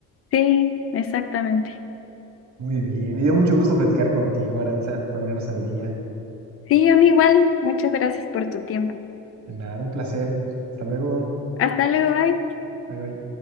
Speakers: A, on the left (about 45°); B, on the right (about 60°).
A: Sí, exactamente.
B: Muy bien, me dio mucho gusto platicar contigo, Aranza, ponernos al día.
A: Sí, a mí igual. Muchas gracias por tu tiempo.
B: De nada, un placer. Hasta luego.
A: Hasta luego, bye.
B: Bye, bye.